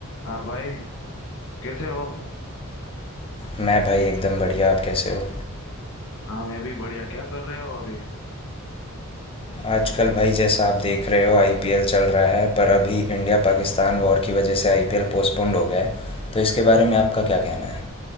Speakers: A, on the left (about 65°); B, on the left (about 25°).
A: हाँ भाई कैसे हो
B: मैं भाई एकदम बढ़िया आप कैसे हो
A: हाँ मैं भी बढ़िया क्या कर रहे हो अभी
B: आजकल भाई जैसा आप देख रहे हो आईपीएल चल रहा है पर अभी इंडिया पाकिस्तान वॉर की वजह से आईपीएल पोस्टपोन्ड हो गया है तो इसके बारे में आपका क्या कहना है